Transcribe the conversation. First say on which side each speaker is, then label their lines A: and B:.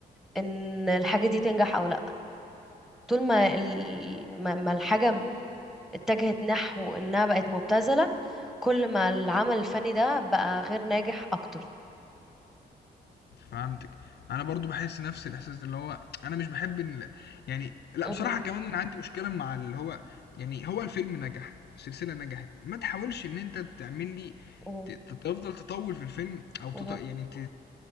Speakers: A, in the centre; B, on the left.
A: ان الحاجه دي تنجح او لا طول ما ال- ما ما الحاجة اتجهت نحو إنها بقت مبتذلة كل ما العمل الفني ده بقى غير ناجح أكتر
B: فهمتِك. أنا برضه باحس نفس الإحساس اللي هو أنا مش باحب ال يعني لأ
A: مهم.
B: بصراحة كمان أنا عندي مشكلة مع اللي هو يعني هو الفيلم نجح، السلسلة نجحت، ما تحاولش إن أنت تعمل لي
A: مهم.
B: ت ت تفضل تطوّل في الفيلم أو تط
A: مهم.
B: يعني ت